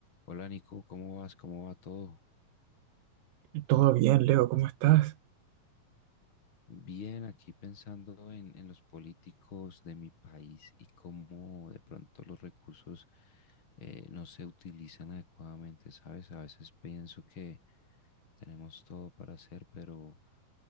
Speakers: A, on the left; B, on the right.
A: Hola Nico, ¿cómo vas? ¿Cómo va todo?
B: Todo bien, Leo, ¿cómo estás?
A: Bien, aquí pensando en, en los políticos de mi país y cómo de pronto los recursos eh, no se utilizan adecuadamente, ¿sabes? A veces pienso que tenemos todo para hacer, pero